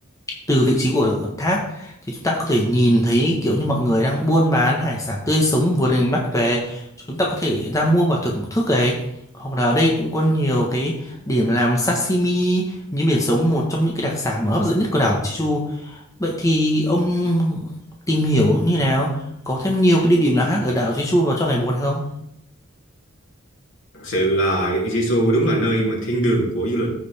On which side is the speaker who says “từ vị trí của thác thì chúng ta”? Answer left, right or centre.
Left